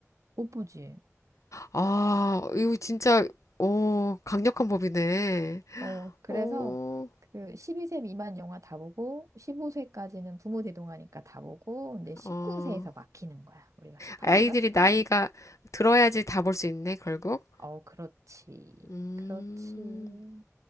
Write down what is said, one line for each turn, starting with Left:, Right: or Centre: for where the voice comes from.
Right: 못 보지.
Left: 아, 이거 진짜, 오 강력한 법이네.
Right: 어, 그래서
Left: 어,
Right: 그 12세 미만 영화 다 보고 15세까지는 부모 대동하니까 다 보고 근데 19세에서
Left: 어.
Right: 막히는 거야. 우리가 18인가
Left: 아이들이
Right: 19인가?
Left: 나이가 들어야지 다 볼 수 있네, 결국.
Right: 어, 그렇지.
Left: 음,
Right: 그렇지.